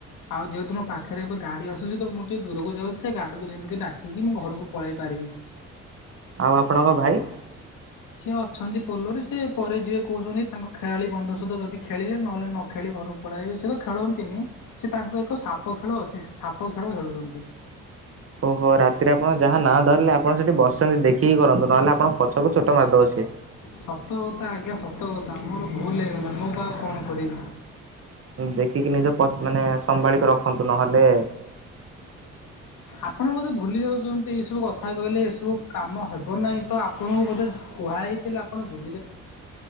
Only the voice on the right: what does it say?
ଆଉ ଆପଣଙ୍କ ଭାଇ।
ଓହୋ ରାତିରେ ଆପଣ ଯାହା ନା ଧରିଲେ ଆପଣ ସେଠି ବସଛନ୍ତି ଦେଖିକି କରନ୍ତୁ ନହେଲେ ଆପଣ ପଛକୁ ଛୋଟ ମାରିଦବ ସିଏ।
ଦେଖିକି ନିଜ ପ ମାନେ ସମ୍ଭାଳିକି ରଖନ୍ତୁ ନହେଲେ